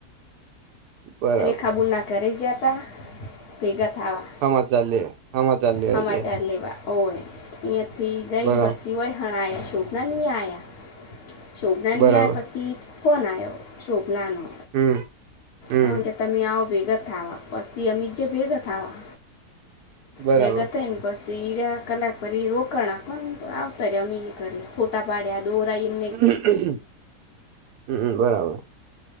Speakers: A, on the right; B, on the left.
A: બરાબર
B: રેખાબૂના કરી જતા ભેગા થવા.
A: હમાચાલ લે સમાચાર લેવા
B: સમાચાર
A: ગયા
B: લેવા હોય અહંથી જઈને
A: બરાબર
B: પછી હોય હણાય શું. છોભના નહીં આવ્યા છોભના
A: બરાબર
B: નહીં આવયા પછી ફોન આવ્યો શોભનાનો.
A: હમ. હમ
B: હ કે તમે આવો ભેગા થાવા પછી અમે જે ભેગા થવા.
A: બરાબર
B: ભેગા થઈને પછી કલાક પરી રોકણ આપખવાને આવતા રે અમે એ ઘરે ફોટા પાડ્યા. દોરાઈન
A: હમ હમ બરાબર.